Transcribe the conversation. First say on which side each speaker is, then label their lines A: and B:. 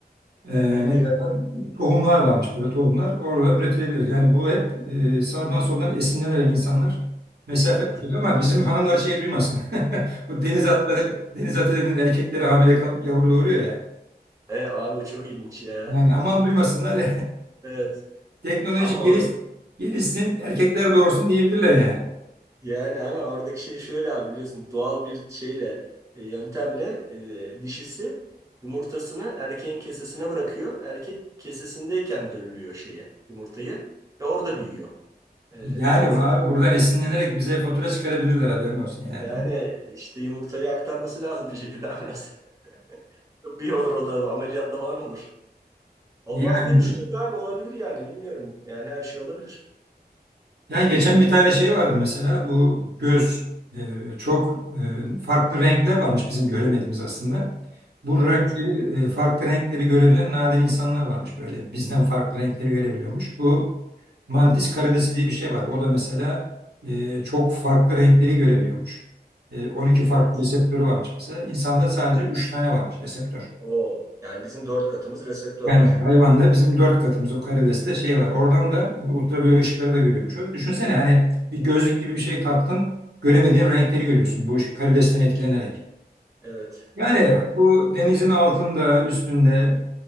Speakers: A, on the right; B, on the right.
A: Ee,
B: embriyo.
A: ne derler? Tohumlar varmış böyle tohumlar. Orada üretilebilir. Yani bu hep e, sağdan soldan esinlenerek insanlar mesafe
B: Evet.
A: kalıyor ama bizim hanımlar şey duymasın. <laughs> Bu deniz atları, deniz atlarının erkekleri hamile kalıp yavru doğuruyor ya.
B: E, abi o çok ilginç ya.
A: Yani aman duymasınlar.
B: Evet.
A: <laughs> Teknoloji
B: Ama
A: geliş,
B: orada
A: gelişsin, erkekler doğursun diyebilirler yani.
B: Yani ama oradaki şey şöyle abi biliyorsun doğal bir şeyle e, yöntemle e, dişisi yumurtasını erkeğin kesesine bırakıyor. Erkek kesesindeyken döllüyor şeye yumurtayı ve orada büyüyor. E,
A: Yani
B: deniz
A: abi
B: atıyor.
A: buradan esinlenerek bize fatura çıkarabilirler haberin olsun yani.
B: Yani e, işte yumurtayı aktarması lazım bir şekilde abi biraz. <laughs> Tıbbi olur o da ameliyatla falan olur. Olmaz
A: Yani,
B: diye bir şey yok abi olabilir yani bilmiyorum. Yani her şey olabilir.
A: yani geçen bir tane şey vardı mesela bu göz e, çok e, farklı renkler varmış bizim göremediğimiz aslında. Bu
B: Evet.
A: renkleri e, farklı renkleri görebilen nadir insanlar varmış böyle bizden farklı renkleri görebiliyormuş. Bu mantis karidesi diye bir şey var. O da mesela e, çok farklı renkleri görebiliyormuş. E, 12 farklı
B: Evet.
A: reseptörü varmış mesela. İnsanda sadece 3 tane varmış reseptör.
B: Oo. Yani bizim dört katımız reseptör
A: Yani
B: var.
A: hayvanda bizim dört katımız o karideste şey var. Oradan da bu ultraviyole ışıkları da görüyormuş. o. Düşünsene hani bir gözlük gibi bir şey taktın. Göremediğin renkleri görüyorsun bu ışık- karidesten etkilenerek.
B: Evet.
A: Yani bu denizin altında, üstünde,